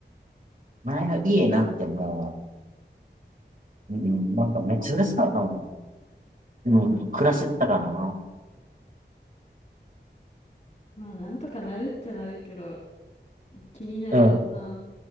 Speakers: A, on the right; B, on the left.
A: 前の家なんてもう、うん、なんかめっちゃ嬉しかったもん。うん、暮らしてたからな。
B: まあ、なんとかなるっちゃなるけど、気になるな。
A: うん。